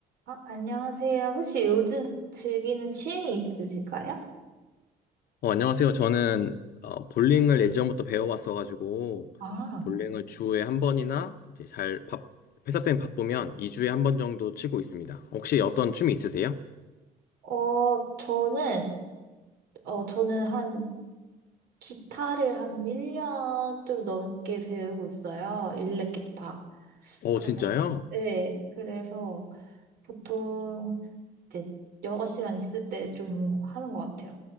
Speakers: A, on the right; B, on the left.
A: 어, 안녕하세요. 혹시 요즘 즐기는 취미 있으실까요?
B: 어, 안녕하세요. 저는 어, 볼링을 예전부터 배워왔어가지고
A: 아,
B: 볼링을 주에 한 번이나 이제 잘 밥, 회사 때문에 바쁘면 2주에 한 번 정도 치고 있습니다. 혹시 어떤 춤이 있으세요?
A: 어, 저는, 어, 저는 한, 기타를 한 1년 좀 넘게 배우고 있어요. 일렉 기타.
B: 어,
A: 그래.
B: 진짜요?
A: 네, 그래서 보통 이제 여가 시간 있을 때 좀 하는 것 같아요.